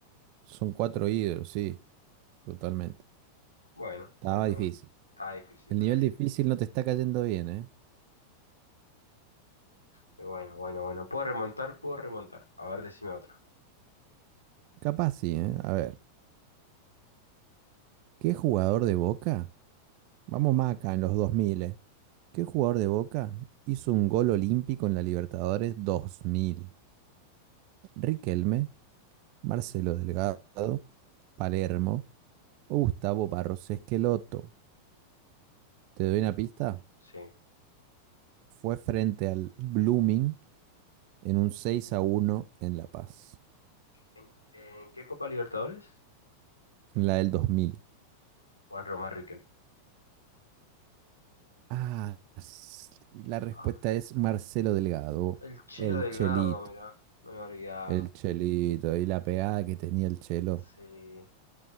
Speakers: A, on the right; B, on the left.
A: son cuatro ídolos, sí, totalmente.
B: Bueno, bueno,
A: Estaba difícil.
B: bueno. Está difícil,
A: El
B: está
A: nivel
B: difícil.
A: difícil no te está cayendo bien, ¿eh?
B: Pero Bueno, bueno, bueno. Puedo remontar, puedo remontar. A ver, decime otra.
A: Capaz sí, ¿eh? A ver, ¿qué jugador de Boca? Vamos más acá, en los 2000, ¿eh? ¿Qué jugador de Boca hizo un gol olímpico en la Libertadores 2000? Riquelme, Marcelo Delgado, Palermo o Gustavo Barros Esqueloto. Te doy una pista.
B: Sí.
A: Fue frente al Blooming en un 6 a uno en La Paz,
B: ¿En, en qué Copa Libertadores?
A: en la del 2000.
B: Juan Román Riquelme.
A: Ah, s- la respuesta
B: Ah,
A: es Marcelo Delgado,
B: el Chelo
A: el
B: Delgado,
A: Chelito,
B: mirá. Me he olvidado.
A: el Chelito y la pegada que tenía el Chelo.
B: Sí.